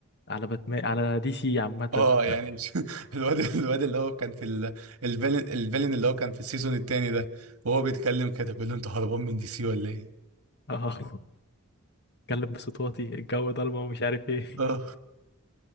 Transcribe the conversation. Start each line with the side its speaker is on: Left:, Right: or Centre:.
Left: على باتمان على دي سي عامة
Right: اه يعني مش- <laughs> الواد الواد اللي هو كان في ال- الفيلن الفيلن اللي هو كان في السيزون التاني ده وهو بيتكلم كده بيقول له انت هربان من دي سي ولا ايه؟
Left: اه <laughs> اتكلم بصوت واطي الجو ضلمة ومش عارف ايه
Right: اه